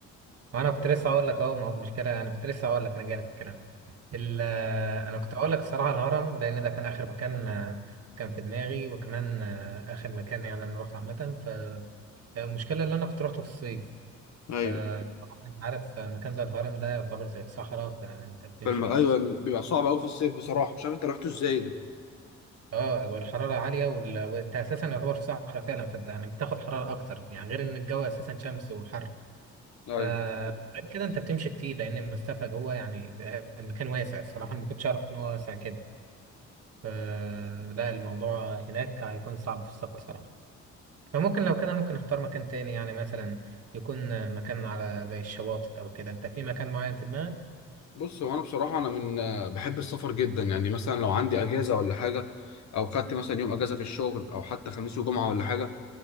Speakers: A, on the right (about 55°); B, on the left (about 65°).
A: وانا كنت لسه هقول لك اهو ما هو مشكله انا كنت لسه هقول لك انا جاي لك الكلام ال- آه، انا كنت هقول لك الصراحه الهرم لان ده كان اخر مكان آه، كان في دماغي وكمان آه، اخر مكان يعني انا رحت عامه فالمشكله اللي انا كنت روحته في الصيف
B: ايوه
A: فطبعا انت عارف آه، مكان زي الهرم ده يعتبر زي الصحراء فانت بتمشي
B: فالم... ايوه بيبقى صعب قوي في الصيف بصراحه مش عارف انت رحت ازاي ده
A: اه والحرارة عالية وال- وانت اساسا يعتبر في صحراء فعلا فانت يعني بتاخد حرارة اكتر يعني غير ان الجو اساسا شمس وحر
B: ايوه
A: ف غير كده انت بتمشي كتير لان المسافة جوه يعني المكان واسع الصراحة أنا ما كنتش اعرف ان هو واسع كده فلا الموضوع هناك هيكون صعب في السفر صراحة فممكن لو كده ممكن اختار مكان تاني يعني مثلا يكون مكان على زي الشواطئ او كده انت في مكان معين في دماغك؟
B: بص هو انا بصراحه انا من آه، بحب السفر جدا يعني مثلا لو عندي اجازه ولا حاجه او خدت مثلا يوم اجازه في الشغل او حتى خميس وجمعه ولا حاجه